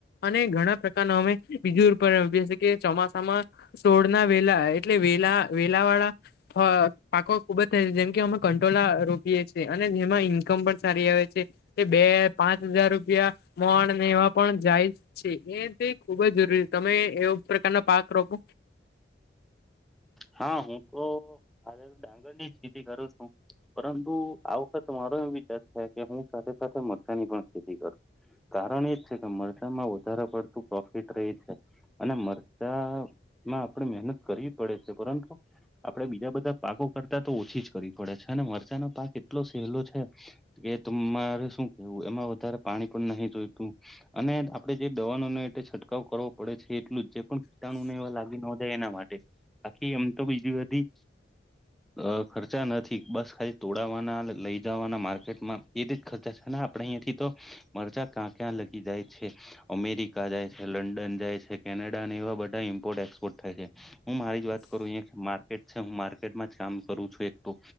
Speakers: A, on the left; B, in the centre.
A: અને ઘણા પ્રકારના અમે. બીજું ઉપર કે ચોમાસામાં સોળના વેલા એટલે વેલા વેલા વાળા. પાકો ખુબ જ થાય છે જેમકે અમે કંટોલા રોપીએ છીએ અને એમાં ઈન્કમ પણ સારી આવે છે. તે બે પાંચ હજાર રૂપિયા મોણ ને એવા પણ જાય છે એ તે ખુબજ. તમે એવ પ્રકારના પાક રોપો.
B: હા હું તો હ ડાંગર ની જ ખેતી કરું છું. પરંતુ આ વખત મારો એ વિચાર છે કે હું સાથે સાથે મરચાની પણ સ્થિતિ કરું. કારણ એજ છે કે મરચામાં વધારે પડતું પ્રોફિટ રહે છે. અને મરચા માં આપણેે મહેનત કરવી પડે છે પરંતુ. આપડણે બીજા બધા પાકો કરતા તો ઓછી જ કરવી પડે છે અને મરચાનો પાક એટલો સહેલો છે. એ તમારે શું કેવું એમાં વધારે પાણી પણ નહી જોયતું. અને આપડે જે દવાનો ન એ છંટકાવ કરવો પડે છે એટલું જ. જે પણ કીટણુને એવા લાગી ન જાય એના માટે બાકીી એમ તો બીજી બધી. અ ખર્ચા નથી બસ ખાલી તોડાવવાના લઈ જવાના માર્કેટમાં એ ખચા છે ને આપણેે અહીંથી તો મરજા ક્યાં ક્યાં લગી જાય છે અમેરિકા જાય છે લંડન જાય છે કેનેડા અનેને એવા બધા ઇમ્પોર્ટ એક્સપોર્ટ થાય છે હું મારી જ વાત કરું અહી માર્કેટ છે હું માર્કેટમાં જ કામ કરું છું એક તો